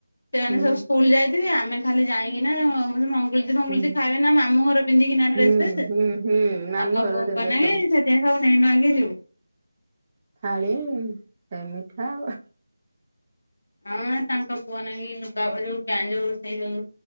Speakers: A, on the left; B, on the right.
A: ସେମାନେ
B: ହୁଁ
A: ସବୁ ସ୍କୁଲ ଯାଇଥିବେ ଆମେ ଖାଲି ଯାଇକିନା ଙ୍ଗ ଫଙ୍ଗୁଲ
B: ହୁଁ
A: ଖାଇବେ ନା ମାମୁ ଘର ପିନ୍ଧିକିନା
B: ହୁଁ
A: ଡ୍ରେସ ଫ୍ରେସ
B: ହୁଁ ହୁଁ ମାମୁଁଘର
A: ତାଙ୍କ ବୋଙ୍କ
B: ଦେବେ
A: ନ
B: ସବୁ
A: ସେଥିାଇଁୁ <unintelligible>
B: ଥାଳି ସେ ମିଠା ଆଉ
A: ହଁ ତାଙ୍କ ପୁଅ ନା ଲୁଗା ଯୋଉ ଯୋଉ ସେ ଯୋଉ